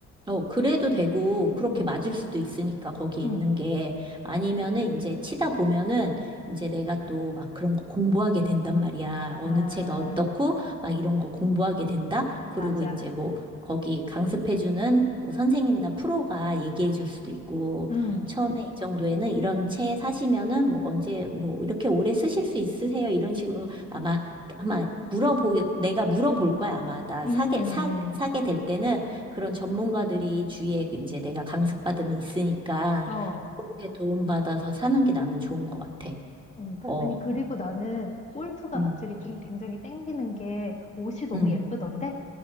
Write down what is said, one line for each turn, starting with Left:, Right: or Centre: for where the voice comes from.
Right: 어, 그래도 되고, 그렇게
Left: 음.
Right: 맞을 수도 있으니까, 거기에
Left: 음.
Right: 있는 게. 아니면은, 이제 치다 보면은, 이제 내가 또 막 그런 거 공부하게 된단 말이야. 어느
Left: 아,
Right: 채가 어떻고, 막 이런 거 공부하게 된다? 그러고
Left: 맞아.
Right: 이제 뭐, 거기 강습해주는 뭐 선생님이나 프로가 얘기해 줄 수도 있고,
Left: 음.
Right: 처음에 이 정도에는 이런 채 사시면은 뭐 언제, 뭐 이렇게 오래 쓰실 수 있으세요? 이런 식으로 아마, 아마 물어보, 내가 물어볼 거야. 아마 나
Left: 음,
Right: 사게,
Left: 음,
Right: 사, 사게 될 때는. 그런 전문가들이 주위에 이제 내가 강습받으면 있으니까
Left: 음. 어.
Right: 그렇게 도움받아서 사는 게 나는 좋은 것 같아.
Left: 어.
Right: 어,
Left: 아니, 그리고 나는 골프가
Right: 음,
Left: 갑자기 좀 굉장히 땡기는 게 옷이 너무
Right: 음,
Left: 예쁘던데?